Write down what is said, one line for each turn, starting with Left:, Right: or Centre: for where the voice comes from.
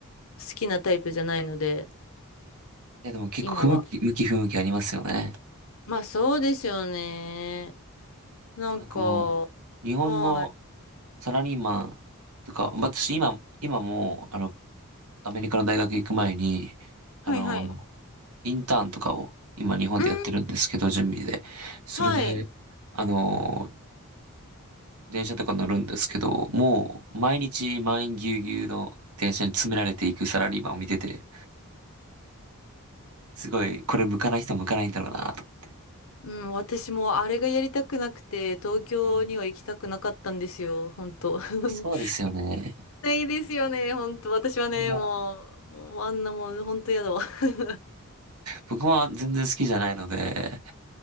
Left: 好きなタイプじゃないので、
Right: え、でも結構不向き、
Left: 今は。
Right: 向き不向きありますよね。
Left: まあ、そうですよね。なんか、
Right: なんかもう、日本の
Left: はい
Right: サラリーマンとか、私今、今も、あの、アメリカの大学行く前に、
Left: はいはい。
Right: あの、インターンとかを今日本でやってるんですけど、
Left: うん、
Right: 準備で。それで、
Left: はい。
Right: あの電車とか乗るんですけど、もう毎日満員ぎゅうぎゅうの電車に詰められていくサラリーマンを見てて、すごい、これ向かない人向かないんだろうなと思っ
Left: うん、私もあれがやりたくなくて、東京には行きたくなかったんですよ、
Right: て。はい
Left: 本当。<laughs>
Right: あそうですよね。
Left: ないですよね、本当。私はね、
Right: あれは、
Left: もう、もうあんなもう本当やだわ。<laughs>
Right: 僕は全然好きじゃないので、